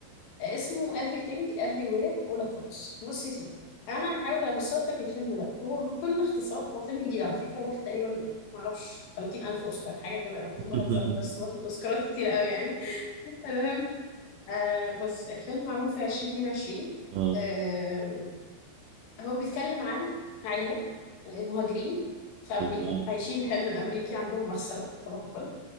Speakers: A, on the left; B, on the right.
A: اسمه Everything Everywhere All at Once بص يا سيدي انا هحاول ابسط لك الفيلم ده هو بكل اختصار هو فيلم جديد على فكره واخد تقريبا معرفش 30 الف اوسكار حاجه كده انا
B: <laughs>
A: بهزر بس واخد اوسكارات كتير قوي يعني <laughs> المهم آه بص الفيلم معمول في 2022
B: مم.
A: آه هو بيتكلم عن عيله آه، مهاجرين في امريكا
B: مم.
A: عايشين الحلم الامريكي عندهم مغسله صباح الفل